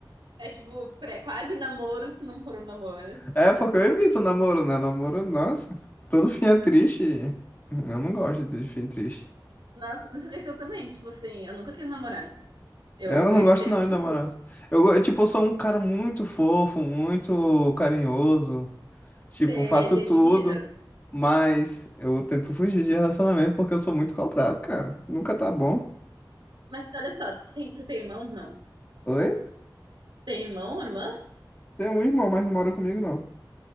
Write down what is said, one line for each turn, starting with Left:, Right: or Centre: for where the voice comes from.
Right: É tipo, pré, quase namoro se não foram namoros.
Left: É porque eu evito namoro, né? Namoro, nossa, todo fim é triste. e Eu não gosto de fim triste.
Right: Nossa, você vê que eu também, tipo assim, eu nunca quis namorar. Eu
Left: Eu não
Right: evitei
Left: gosto não
Right: a todo
Left: de namorar.
Right: custo
Left: Eu, go- tipo, eu sou um cara muito fofo, muito carinhoso, Tipo,
Right: ser
Left: faço
Right: geminiana.
Left: tudo, mas eu tento fugir de relacionamento porque eu sou muito cobrado, cara. Nunca tá bom.
Right: Mas olha só, tu tem, tu tem irmãos, não?
Left: Oi?
Right: Tem irmão, irmã?
Left: Tem um irmão, mas não mora comigo, não.